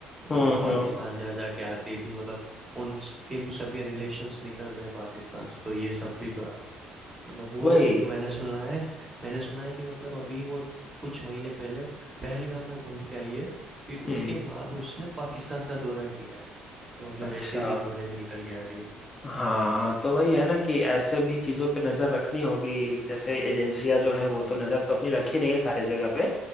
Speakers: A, on the right; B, on the left.
A: मतलब
B: हम्म
A: वो पाकिस्तान
B: हम्म,
A: जा जा के आती थी मतलब उनके भी सबके रिलेशंस निकल रहे हैं पाकिस्तान से तो ये सब भी तो है मतलब वो
B: वही
A: मैंने सुना है मैंने सुना है कि मतलब अभी वो कुछ महीने पहले पहलगाम में घूम के आई है फिर
B: हम्म
A: उसके बाद उसने पाकिस्तान का दौरा किया है तो मतलब
B: अच्छा
A: ऐसी ऐसी खबरें भी निकल के आ रही है
B: हाँ तो वही है ना कि ऐसे भी चीजों पे नजर रखनी होगी जैसे एजेंसियां जो है वो तो नजर तो अपनी रख ही रही है सारी जगह पे